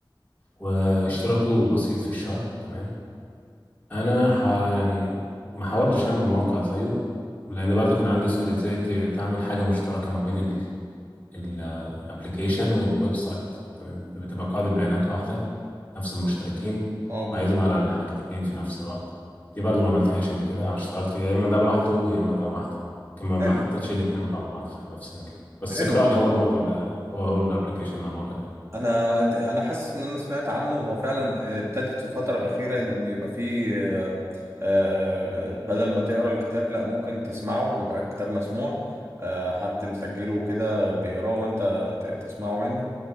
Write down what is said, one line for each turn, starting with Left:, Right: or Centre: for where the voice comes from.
Left: واشتراكه بسيط في الشهر تمام أنا ح... يعني ما حاولتش أعمل موقع زيه لأن برضه كان عندي سؤال إزاي ت- تعمل حاجة مشتركة ما بين الابلكيشن والويب سايت تمام بتبقى قاعدة بيانات واحدة نفس المشتركين
Right: اه بالظبط
Left: وعايزهم على الحاجتين في نفس الوقت دي برضو ما عملتهاش قبل كده انا اشتغلت يا اما ده لوحده يا اما ده لوحده لكن ما ما
Right: حلو
Left: حطيتش الاتنين مع بعض في نفس المكان بس
Right: حلو
Left: اقرا لي هو الموقع اللي هو هو الابلكيشن اللي أنا بقول لك عليه
Right: انا انا حاسس ان انا سمعت عنه هو فعلا آه، ابتدت في الفتره الاخيره ان يبقى فيه آه، آه، آه، بدل ما تقرا الكتاب لا ممكن تسمعه ويبقى كتاب مسموع آه، حد مسجله وكده بيقراه وانت ت- تسمعه منه